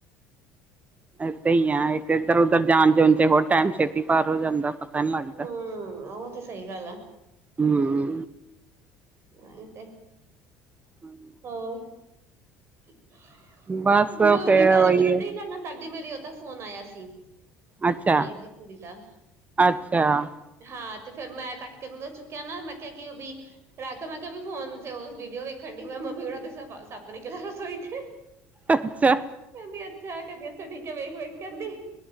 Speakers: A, on the right; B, on the right.
A: ਏਦਾਂ ਈ ਆ ਇੱਧਰ-ਉੱਧਰ ਜਾਣ ਜੁਣ ਚ ਹੋਰ ਟੈਮ ਛੇਤੀ ਪਾਰ ਹੋ ਜਾਂਦਾ ਵਾ। ਪਤਾ ਨੀ ਲਗਦਾ
B: ਹਮ ਉਹ ਤੇ ਸਹੀ ਗੱਲ ਆ
A: ਹੂੰ।
B: ਆ ਏ ਤੇ
A: ਹਾਂਜ
B: ਹੋਰ। ਜਦੋਂ
A: ਬਸ ਫੇਰ
B: ਮੈਂ ਗੱਲ
A: ਉਹੀ
B: ਕਰਨ
A: ਹੈ
B: ਡੀ ਡਾਡੇ ਨਾ ਤਾਡੀ ਮੇਰੀ ਓਦਾ ਫ਼ੋਨ ਆਯਾ ਸੀ।
A: ਅੱਛਾ
B: ਤਾਈ ਦੀ ਕੁੜੀ ਦਾ।
A: ਅੱਛਾ
B: ਹਾਂ ਤੇ ਫੇਰ ਮੈਂ ਕੱਟ ਕੇ ਉਂਦਾ ਚੁੱਕਿਆ ਨਾ ਮੈਂ ਕਿਆ ਕਿ ਉਹ ਬੀ ਰੱਖ ਮੈਂ ਕਿਹਾ ਵੀ ਫ਼ੋਨ ਚ ਉਸ ਵੀਡੀਓ ਵੇਖਣ ਡੀ ਮੈਂ ਮੰਮੀ ਹੋਰਾਂ ਤੇ ਸੱਪ ਨਿਕ ਨਿਕਲਿਆ ਰਸੋਈ ਚ।
A: ਅੱਛਾ।
B: ਕੇਂਦੀ ਅੱਛਾ ਕੇਂਦੀ ਅੱਛਾ ਠੀਕ ਐ ਵੇਖ-ਵੇਖ ਕੇਂਦੀ।